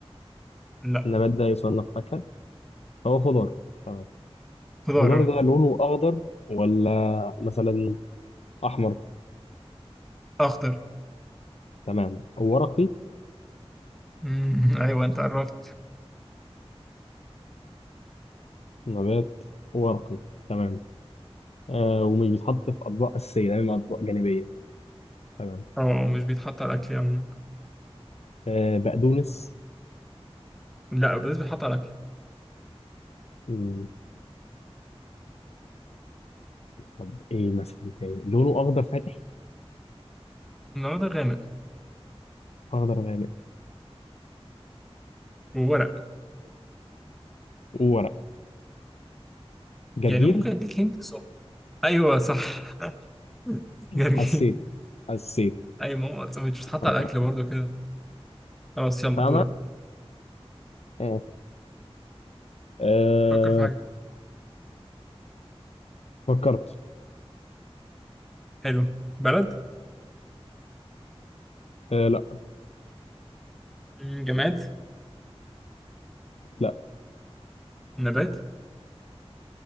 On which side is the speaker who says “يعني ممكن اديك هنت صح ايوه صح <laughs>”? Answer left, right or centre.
Centre